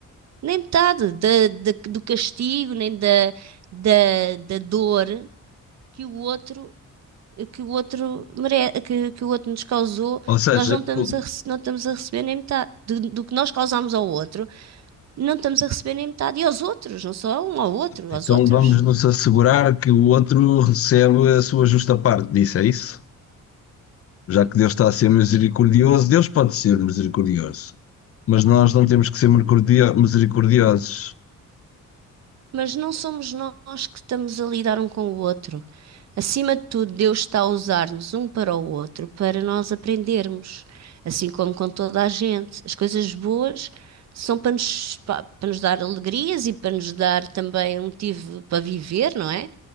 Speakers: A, on the right; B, on the left.
A: Nem metade da- da- do castigo, nem da, da, da dor que o outro que o outro mere- que, que o outro nos causou,
B: Ou seja,
A: nós não estamos
B: o-
A: a, rece- não estamos a receber nem metade do, do que nós causamos ao outro, não estamos a receber nem metade. E aos outros, não só a um, ao outro,
B: então
A: aos outros.
B: vamos nos assegurar que o outro recebe a sua justa parte disso, é isso? Já que Deus está a ser misericordioso, Deus pode ser misericordioso, mas nós não temos que ser mercordio- misericordiosos.
A: Mas não somos nós que estamos a lidar um com o outro. Acima de tudo, Deus está a usar-nos um para o outro para nós aprendermos, assim como com toda a gente. As coisas boas são para nos, pa- para nos dar alegrias e para nos dar também um motivo para viver, não é?